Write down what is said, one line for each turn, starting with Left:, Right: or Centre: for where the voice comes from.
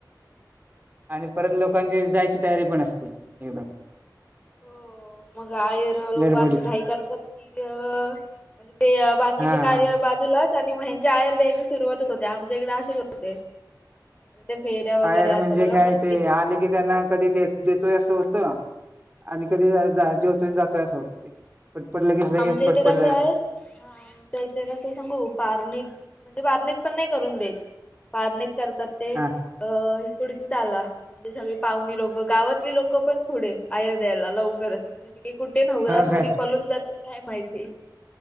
Right: आणि परत लोकांची जायची तयारी पण असते. एकदम
Left: हो मग आयर लोक
Right: गडबडीच
Left: अशी घाईतं करतो की अ, म्हणजे ते बाकीचे
Right: हा
Left: कार्य
Right: हा
Left: बाजूलाच आणि ह्यांच्या आयर द्यायची सुरुवातच होते आमच्या इकडे असेच होते. ते फेऱ्या वगैरे
Right: आयर
Left: आता
Right: म्हणजे
Left: बघा
Right: काय
Left: पंडित
Right: ते आले की त्यांना कधी देतोय असं होतं. आणि कधी
Left: हा
Right: जाय-जेवतोय जातोय असं होत ते. पटपट लगेच लगेच
Left: आमच्या
Right: पटपट
Left: इथे कसं आहे अ आमच्या-आमच्या इथे कस सांगू पारणीत म्हणजे पारणीत पण नाही करून देत पारणीत करतात ते
Right: हा
Left: अ पुढची चाला म्हणजे सगळी पाहुणी लोकं, गावातली लोकं पण पुढे आयर द्यायला लवकरच तशी की कुठे नवरा
Right: हो
Left: नवरी
Right: काय
Left: पलून जातात काय माहिती?